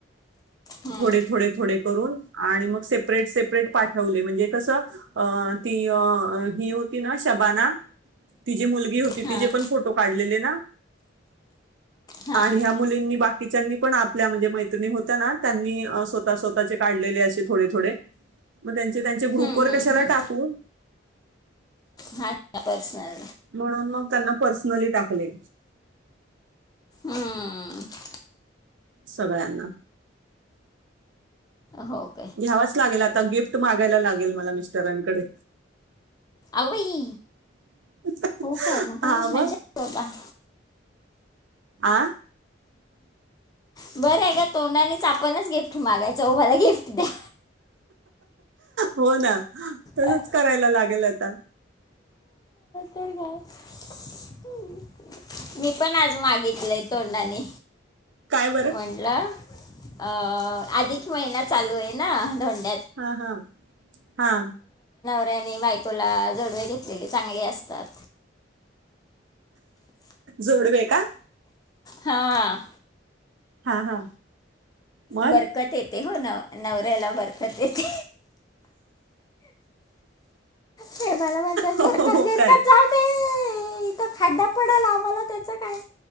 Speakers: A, on the left; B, on the right.
A: हां
B: थोडे थोडे थोडे करून, आणि मग सेपरेट, सेपरेट, पाठवले म्हणजे कसं, अ ती अ ही होत ती ना शबाना, तिजी मुलगी होती,
A: हां
B: तिजे पण फोटो काढलेले ना,
A: हां
B: आणि ह्या मुलींनी बाकीच्यांनी पण आपल्या म्हणजे मैत त्रिणी होत्या ना, त्यांनी अ स्वतः स्वतःचे काढलेले असे थोडे थोडे म त्यांचे त्यांच्या ग्रुपवर
A: हम्म हम्म
B: कशाला
A: हम्म
B: टाकू?
A: हा. पर्सनल
B: म्हणून मग त्यांना पर्सनली टाकले.
A: हम्म
B: सगळ्यांना.
A: हो काय
B: घ्यावाच लागेल आता गिफ्ट मागायला लागेल मला मिस्टरांकडे.
A: अगबाई
B: <unintelligible>
A: हो काय म काय
B: हा
A: <unintelligible>
B: मग
A: जॉब आहे
B: आ?
A: बरहे गं तोंडानीच आपणच गिफ्ट मागायचं हो मला गिफ्ट द्या.
B: हो ना तसंच
A: हा,
B: करायला लागेल आता.
A: तर काय हम्म. मी पण आज मागितलंय तोंडाने
B: काय बरं
A: म्हंडलं अ आधिक महिना चालू आहे ना, धोंड
B: हा हा हा.
A: त्याने बायकोला जोडवे घेतलेले चांगले असतात.
B: जोडवे का?
A: हां.
B: हा हा. मग
A: बरकत येते हो ना, नवऱ्याला बरकत येते. ते मला म्हणतात
B: हो
A: बरकत
B: हो, हो
A: बिरकत
B: काय
A: जाऊ दे. हं इथं खड्डा पडल आम्हाला त्याचं काय?